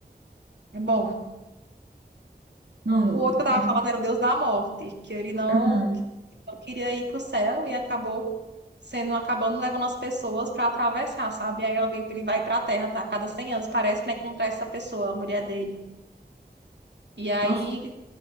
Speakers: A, on the right (about 85°); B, on the right (about 65°).
A: É bom.
B: Não,
A: O o outro que eu tava
B: pelo
A: falando
B: que.
A: era o Deus da Morte, que ele não,
B: Aham.
A: que não queria ir pro céu e acabou sendo, acabando levando as pessoas para atravessar, sabe? E aí ela vem, ele vai pra Terra, tá? A cada 100 anos, parece, para encontrar essa pessoa, a mulher dele. E aí
B: Nossa,